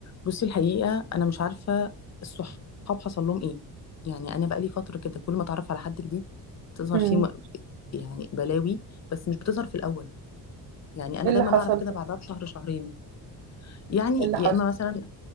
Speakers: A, on the left; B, on the right.
A: بصي الحقيقة أنا مش عارفة الصحاب حصل لهم إيه يعني أنا بقالي فترة كده كل ما أتعرف على حد جديد تظهر
B: امم
A: فيه م- يعني بلاوي بس مش بتظهر في الأول يعني أنا
B: ايه اللي
A: دايما
B: حصل
A: أعرف كده
B: ده
A: بعدها بشهر شهرين يعني
B: ايه اللي حصل
A: يا إما مثلا